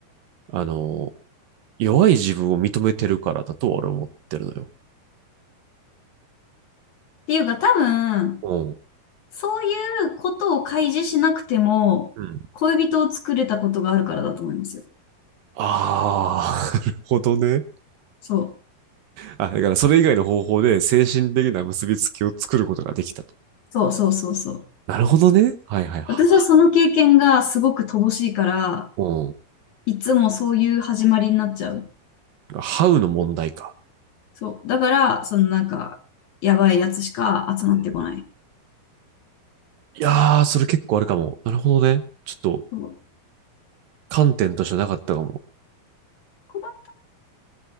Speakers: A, on the right (about 70°); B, on the left (about 60°).
A: あの、弱い自分を認めてるからだと俺は思ってるのよ。
B: ていうか、多分、
A: うん。
B: そういうことを開示しなくても、
A: うん。
B: 恋人を作れたことがあるからだと思いますよ。
A: ああ、<laughs> なるほどね。
B: そう。
A: あ、だからそれ以外の方法で精神的な結びつきを作ることができたと。
B: そうそうそうそう。
A: なるほどね。はいはいは。
B: 私はその経験がすごく乏しいから、
A: うん。
B: いつもそういう始まりになっちゃう。
A: ハウの問題か。
B: そう。だから、そのなんか、やばいやつしか集まってこない。
A: うん。いやー、それ結構あるかも。なるほどね。ちょっと
B: そう。
A: 観点としてなかったかも。
B: 困っ